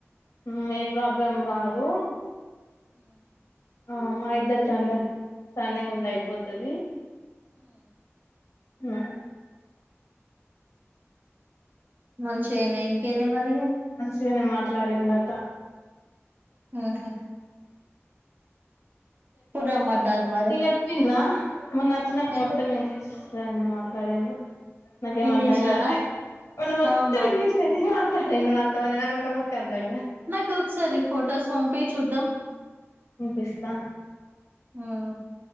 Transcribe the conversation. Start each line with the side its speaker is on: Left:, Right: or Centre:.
Left: ఉమ్ ప్రాబ్లం రాదు ఆ మా ఇద్దరికి అండర్ స్టాడింగ్ ఉంటే అయిపోతాది. మ్!.
Right: మంచి ఏనా ఇంకేంది మరి ఇగ.
Left: ఉట్టిగానే మాట్లాడింట.
Right: ఉ హు రమ్మంటారు మరి
Left: పోయి వచ్చిన్న మొన్నచ్చినప్పు
Right: అంటే
Left: మొత్తం ఇంగ్లీష్ అతనా మాట్లాడంది. నాకేం
Right: ఇంగ్లీష్
Left: అర్ధం
Right: లోనా
Left: కాలే మొన్న మొత్తం
Right: అవును
Left: ఇంగ్లీష్ లో నే మాట్లాడా నిన్న నాతోని నాకు ఒక ముక్కా అర్థం కాలేదు.
Right: నాకు ఒకసారి ఫొటోస్ పంపి చూద్దాం.
Left: వినిపిస్తా.
Right: హ్మ్.